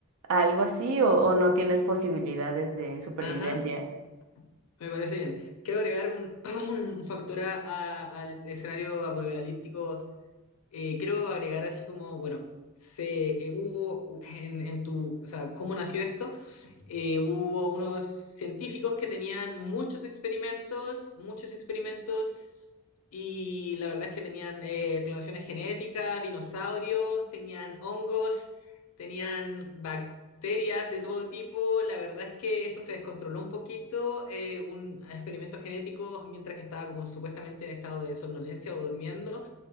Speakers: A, on the right; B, on the left.
A: a algo así o, o no tienes posibilidades de supervivencia?
B: ajá, me parece bien. Quiero agregar un, <clears throat> un- un factor a- a- al escenario apocalíptico. Eh, quiero agregar así como, bueno, se eh, hubo en, en tu, o sea, cómo nació esto. Eh, hubo unos científicos que tenían muchos experimentos, muchos experimentos Y la verdad es que tenían eh, clonaciones genéticas, dinosaurios, tenían hongos, tenían bacterias de todo tipo. La verdad es que esto se descontroló un poquito, eh, un experimento genético, mientras que estaba como supuestamente en estado de somnolencia o durmiendo.